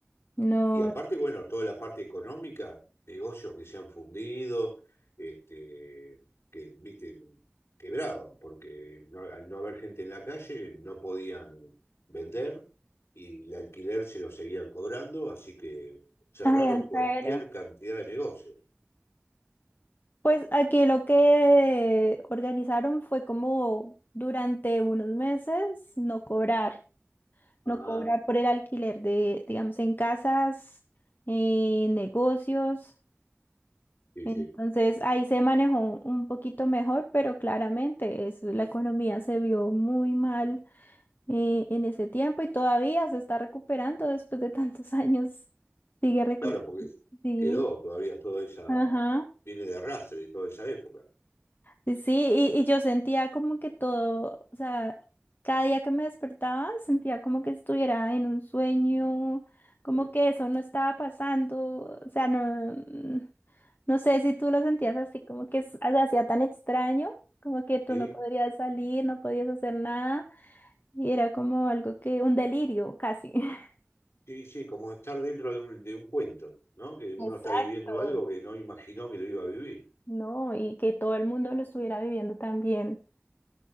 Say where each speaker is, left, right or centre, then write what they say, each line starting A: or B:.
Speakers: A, on the left (about 50°); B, on the left (about 75°).
A: No.
B: Y aparte, bueno, toda la parte económica, negocios que se han fundido, este, que, ¿viste? quebraban, porque no- al no haber gente en la calle no podían vender y el alquiler se lo seguían cobrando, así que cerraron
A: Ay, ¿en
B: cualquier
A: serio?
B: cantidad de negocios.
A: Pues aquí lo que organizaron fue como durante unos meses no cobrar. no
B: Ah,
A: cobrar por el alquiler de, digamos, en casas, eh, en negocios.
B: Sí,
A: Entonces
B: sí.
A: ahí se manejó un un poquito mejor, pero claramente es la economía se vio muy mal eh, en ese tiempo y todavía se está recuperando después de tantos <laughs> años. Sigue recuperando.
B: Claro, porque
A: Sí,
B: quedó todavía toda esa,
A: ajá.
B: viene de arrastre de toda esa época.
A: Sí, sí, y, y yo sentía como que todo, o sea, cada día que me despertaba sentía como que estuviera en un sueño, como
B: eh,
A: que eso no estaba pasando, o sea, no, mm, no sé si tú lo sentías así, como que es- se hacía tan extraño, como que tú
B: Sí,
A: no podrías salir, no podías hacer nada, y era como algo que, un delirio casi. <laughs>
B: sí, sí, como estar dentro de un, de un cuento, ¿no? Que uno
A: Exacto.
B: está viviendo algo que no imaginó que lo iba a vivir.
A: No, y que todo el mundo lo estuviera viviendo también.